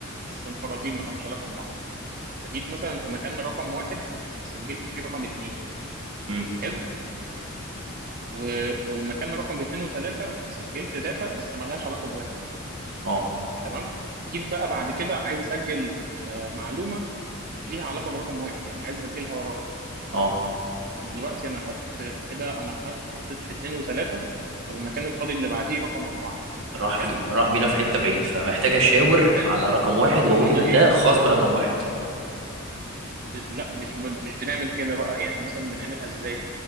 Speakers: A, on the right; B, on the right.
A: بس مفرطين ما لهمش علاقه ببعض فجيت مثلا في مكان رقم واحد سجلت فيه رقم اتنين
B: مم.
A: حلو و- والمكان رقم اتنين وتلاته سجلت داتا بس ملهاش علاقه بواحد
B: اه
A: تمام جيت بقى بعد كده عايز اسجل آه، معلومه ليها علاقه برقم واحد يعني عايز اسجلها وراها
B: اه
A: فانا دلوقتي انا خدت كده انا خدت حطيت في اتنين وتلاته فالمكان الفاضي اللي بعديه رقم اربعه
B: راح
A: حلو
B: في راح بينا في حتة بعيد فمحتاج اشاور
A: حلو
B: على رقم واحد واقول
A: فانا
B: ان
A: ايه
B: ده خاص برقم واحد
A: ب... لا مش ب... مش بنعمل كده بقى يعني مثلا بنعملها ازاي